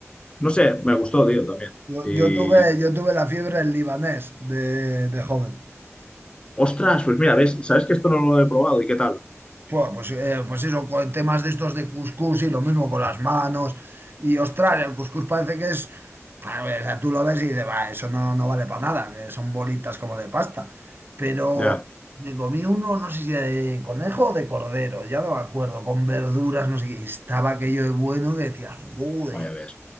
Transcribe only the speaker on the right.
Yo,
yo tuve, yo tuve la fiebre del libanés de, de joven.
Pua, Pues, eh, pues eso, con temas de estos de cuscús y lo mismo con las manos. Y ostras, el cuscús parece que es. pa, O sea, tú lo ves y dices, va, eso no, no vale para nada, que son bolitas como de pasta. Pero
me comí uno, no sé si de conejo o de cordero, ya no me acuerdo, con verduras, no sé qué. y Estaba aquello de bueno que decía, joder.